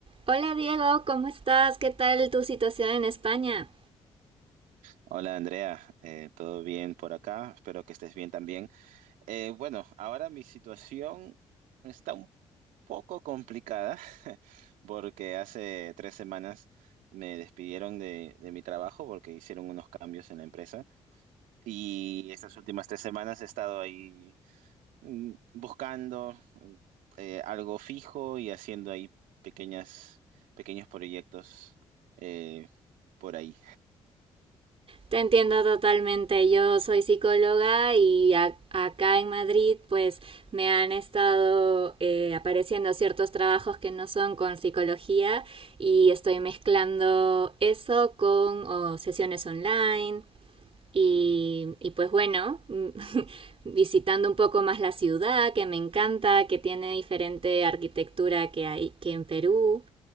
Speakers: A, on the right; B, on the right.
A: Hola Diego, ¿cómo estás? ¿Qué tal tu situación en España?
B: Hola Andrea, Eh, ¿todo bien por acá? Espero que estés bien también. Eh, bueno, ahora mi situación está un poco complicada <laughs> porque hace tres semanas me despidieron de, de mi trabajo porque hicieron unos cambios en la empresa y estas últimas tres semanas he estado ahí mm, buscando mm, eh, algo fijo y haciendo ahí pequeñas, pequeños proyectos eh, por ahí.
A: Te entiendo totalmente. Yo soy psicóloga y a- acá en Madrid pues me han estado eh, apareciendo ciertos trabajos que no son con psicología y estoy mezclando eso con o, sesiones online y, y, pues bueno, <laughs> visitando un poco más la ciudad que me encanta, que tiene diferente arquitectura que hay que en Perú.